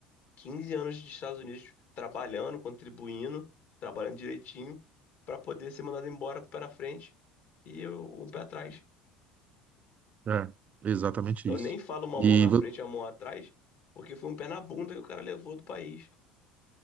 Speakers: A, on the left; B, on the right.
A: 15 anos dos Estados Unidos trabalhando, contribuindo, trabalhando direitinho, para poder ser mandado embora com o pé na frente e o- um pé atrás.
B: É, exatamente
A: Eu
B: isso.
A: nem falo uma
B: E
A: mão na
B: vo-
A: frente e a mão atrás, porque foi um pé na bunda que o cara levou do país.